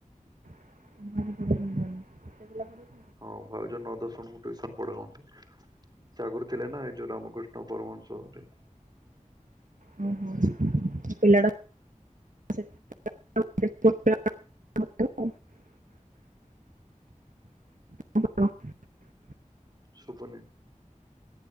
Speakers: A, on the right; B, on the right.
A: <unintelligible>
B: ହଁ ଭାଉଜ ନଅ ଦଶଣଙ୍କୁସନ ପଢନ୍ତି। ସାଗର ଥିଲେ ନା ଏଇ ଯୋଉ ରାମ। କୃଷ୍ଣପରମା ସହୁରେ
A: ଓ ହୋ ପିଲା <unintelligible> ହ
B: ସୁବୁନି,